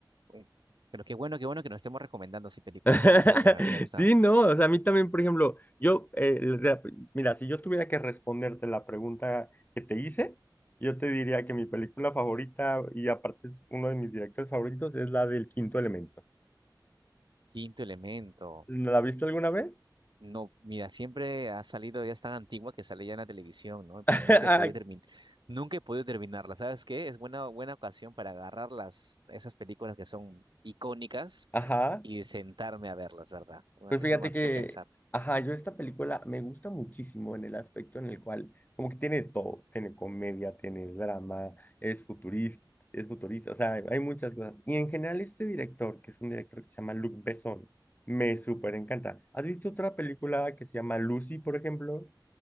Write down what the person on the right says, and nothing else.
Uy, Pero qué bueno, qué bueno que nos estemos recomendando así películas,
¿ah? Me, me, me ha gustado.
Quinto Elemento.
No, mira, siempre ha salido, ya es tan antigua que sale ya en la televisión, ¿no? Pero
nunca
he podido terminar, nunca he podido terminarla. ¿Sabes qué? Es buena, buena ocasión para agarrar las, esas películas que son icónicas
y sentarme a verlas, ¿verdad? Me
has hecho,
me has
hecho pensar.